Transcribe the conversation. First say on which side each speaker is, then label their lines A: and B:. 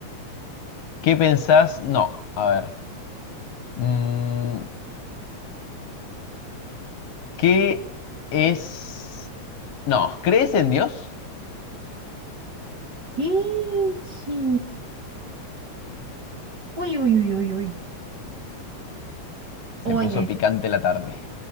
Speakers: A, on the left; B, on the right.
A: ¿qué pensás? No, a ver. mm, ¿qué es? No, ¿crees en Dios?
B: Ichi. Uy, uy, uy, uy, uy.
A: Se
B: Oye.
A: puso picante la tarde.